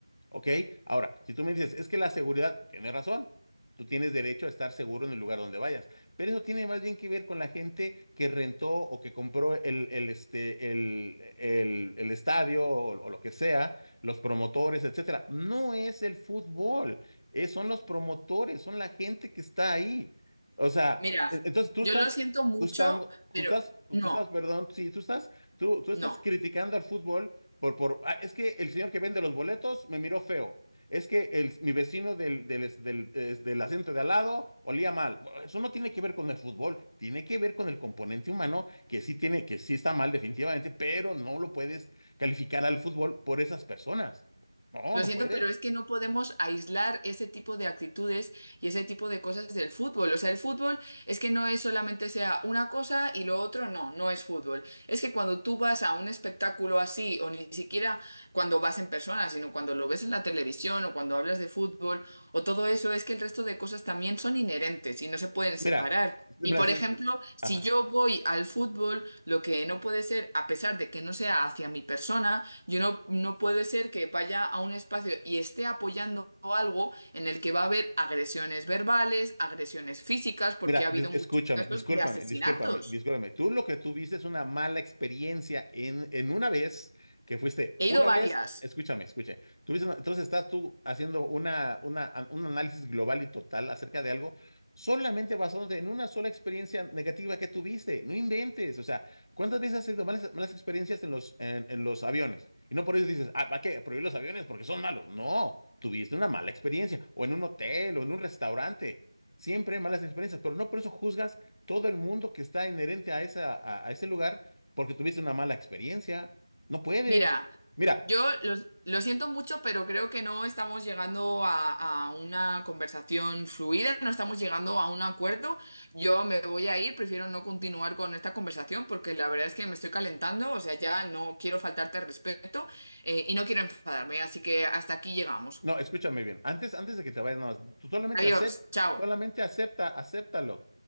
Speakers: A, on the left (about 80°); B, on the right (about 30°).
A: ¿Ok? Ahora, si tú me dices, es que la seguridad, tiene razón. Tú tienes derecho a estar seguro en el lugar donde vayas. Pero eso tiene más bien que ver con la gente que rentó o que compró el, el, este, el, el- el estadio o, o lo que sea, los promotores, etcétera. No es el fútbol, eh, son los promotores, son la gente que está ahí. O sea,
B: mira,
A: e- entonces tú
B: yo
A: estás
B: lo siento mucho,
A: justando, justas,
B: pero no,
A: tú estás, perdón, sí, tú estás, tú, tú estás
B: no.
A: criticando al fútbol por, por, "Ah, es que el señor que vende los boletos me miró feo es que el, mi vecino del, del, del, es del asiento de al lado olía mal. Bueno, Eso no tiene que ver con el fútbol, tiene que ver con el componente humano que sí tiene, que sí está mal definitivamente, pero no lo puedes calificar al fútbol por esas personas. No,
B: Lo
A: no
B: siento,
A: puedes.
B: pero es que no podemos aislar ese tipo de actitudes y ese tipo de cosas del fútbol. O sea, el fútbol es que no es solamente sea una cosa y lo otro no, no es fútbol. Es que cuando tú vas a un espectáculo así, o ni siquiera cuando vas en persona, sino cuando lo ves en la televisión o cuando hablas de fútbol o todo eso, es que el resto de cosas también son inherentes y no se pueden
A: Mira,
B: separar.
A: mira,
B: Y por
A: se-
B: ejemplo, si
A: ajá.
B: yo voy al fútbol, lo que no puede ser, a pesar de que no sea hacia mi persona, yo no, no puede ser que vaya a un espacio y esté apoyando algo en el que va a haber agresiones verbales, agresiones físicas, porque
A: Mira,
B: ha
A: di-
B: habido muchos
A: escúchame,
B: casos
A: discúlpame,
B: de asesinatos.
A: discúlpame, discúlpame. Tú lo que tuviste es una mala experiencia en, en una vez que fuiste,
B: He
A: una
B: ido varias.
A: vez, escúchame, escúchame. Tuviste una- entonces estás tú haciendo una, una, an- un análisis global y total acerca de algo solamente basándote en una sola experiencia negativa que tuviste. No inventes. O sea, ¿cuántas veces has tenido malas, malas experiencias en los, en, en los aviones? Y no por eso dices, ah, ¿va qué? Prohibir los aviones porque son malos. No, tuviste una mala experiencia o en un hotel o en un restaurante. Siempre hay malas experiencias, pero no por eso juzgas todo el mundo que está inherente a esa, a, a ese lugar porque tuviste una mala experiencia. No puedes.
B: Mira,
A: Mira,
B: yo lo, lo siento mucho, pero creo que no estamos llegando a, a una conversación fluida, no estamos llegando a un acuerdo. Yo me voy a ir, prefiero no continuar con esta conversación porque la verdad es que me estoy calentando, o sea, ya no quiero faltarte al respeto eh, y no quiero enfadarme, así que hasta aquí llegamos.
A: no, escúchame bien. Antes, antes de que te vayas, nada más, tú solamente
B: Adiós,
A: acepta,
B: chao.
A: solamente acepta, acéptalo.